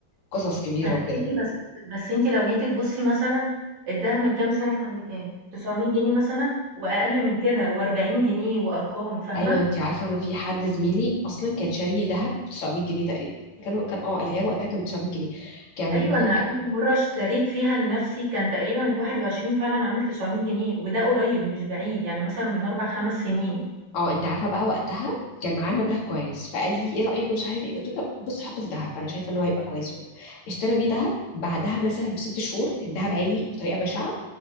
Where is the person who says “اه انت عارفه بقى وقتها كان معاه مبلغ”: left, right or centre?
Left